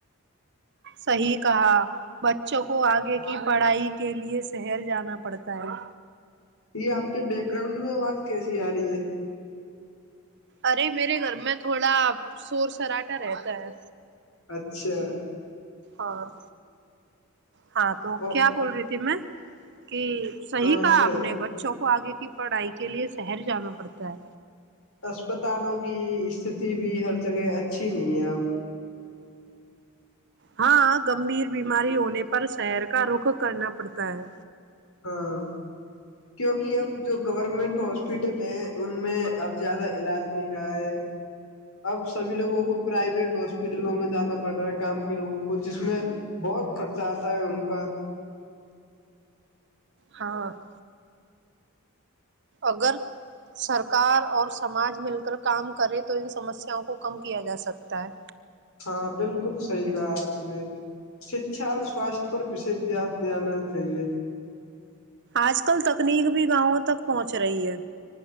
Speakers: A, on the right; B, on the left.
A: صحیح کہا بچوں کو آگے کی پڑھائی کے لیے شہر جانا پڑتا ہے
B: یہ آپ کے بیک گراؤنڈ میں آواز کیسی آ رہی ہے
A: ارے میرے گھر میں تھوڑا شور سراٹا رہتا ہے
B: اچھا
A: اور ہاں تو
B: ا
A: کیا بول رہی تھی میں کہ صحیح
B: ہاں اچھا
A: کہا آ نے بچوں کو کو آگے کی پڑھائی کے لیے شہر جانا پڑتا ہے
B: اسپتالوں کی استتی بھی ہر جگہ اچھی نہیں ہے اب
A: ہاں گمبھیر بیماری ہونے پر شہر کا رخ کرنا پڑتا ہے
B: ہاں کیونکہ اب جو گورنمنٹ ہاسپٹل ہیں ان میں اب زیادہ علاج نہیں رہا ہے اب سبھی لوگوں کو پرائیویٹ ہاسپٹلوں میں جانا پڑ رہا ہے گاں کے لوگوں کو جس میں بہت خرچہ آتا ہے ان کا
A: ہاں <unintelligible> اگر سرکار اور سماج مل کر کام کرے تو ان سمسیاوں کو کم کیا جا سکتا ہے
B: ہاں بالکل صحیح کہا آپ نے شکچھا اور سواستھ پر وشد دھیان دا چاہیے
A: آج کل تکنیک بھی گاؤوں تک پہنچ رہی ہے